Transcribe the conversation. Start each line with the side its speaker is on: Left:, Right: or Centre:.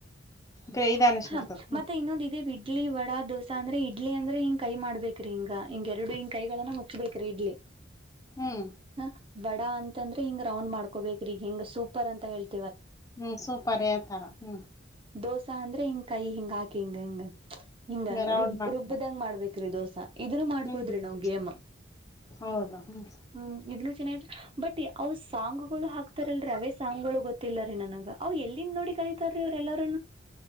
Left: ಗ್ರ ಇದ ಅನಿಸ್ಬಿಡ್ತದ
Right: ಹಾ
Left: ಹ್ಮ್
Right: ಮತ್ತೆ ಇನ್ನೊಂದೇ ಇಡ್ಲಿ ವಡ ದೋಸಾ ಅಂದ್ರೆ ಇ ಇಡ್ಲಿ ಅಂದ್ರೆ ಹಿಂಗ್ ಕೈ ಮಾಡ್ಬೇಕ್ರಿ ಹಿಂಗ ಹಿಂಗ ಎರಡು ಹಿಂಗ ಕೈಗಳನ್ನ ಮುಚ್ಚಬೇಕ್ರೀ ಇಡ್ಲಿ
Left: ಹ್ಮ್
Right: ಹ ಬಡ ಅಂತ ಅಂದ್ರೆ ಹಿಂಗ ರೌಂಡ್ ಮಾಡ್ಕೋಬೇಕ್ರೀಗಿಂಗ ಸೂಪರ್ ಅಂತ ಹೇತತಿ
Left: ಹೂ ಸೂಪರೇ ತರ ಹ
Right: ದೋಸೆ ಸ ಅಂದ್ರೆ ಹಿಂಗ ಕೈ ಹಿಂಗ ಹಾಕಿ ಹಿಂಗ ಹಿಂಗ ಹಿಂಗ
Left: ರೌಂಡ್
Right: ರುಬ್
Left: ಮಾಡ್ತಾರ
Right: ರುಬ್ಬದಂಗ ಮಾಡ್ಬೇಕ್ರಿ ದೋಸಾ ಇದನ ಮಾಡ್ಬೋದ್ರಿ
Left: ಹ್ಮ್
Right: ನಾವ್ ಗೇಮ್
Left: ಹೌದು ಹ್ಮ್
Right: ಹೂ ಇದನು ಚೆನ್ನಾಗ ಬಟ್ ಅವ್ ಸಾಂಗ್ ಗಳು ಹಾಕ್ತಾರಲ್ರರಿ ಅವೇ ಸಾಂಗ್ಗಳು ಗೊತ್ತಿಲ್ಲರೀ ನನಗ ಅವ ಎಲ್ಲಿಂದ ನೋಡಿ ಕಲಿತಾರೀ ಅವ್್ರ ಎಲ್ಲರೂ